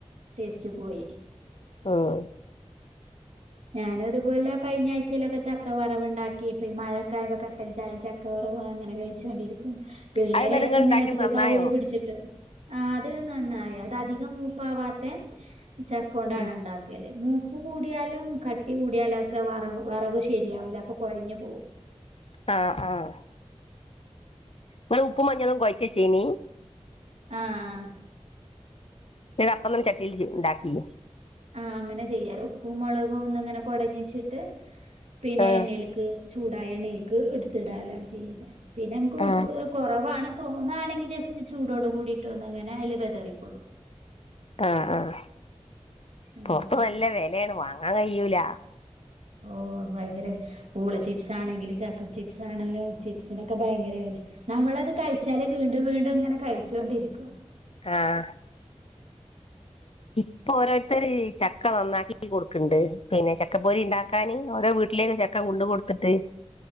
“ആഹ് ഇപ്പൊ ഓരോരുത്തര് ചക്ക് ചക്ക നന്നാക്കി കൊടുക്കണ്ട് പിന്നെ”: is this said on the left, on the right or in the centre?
Left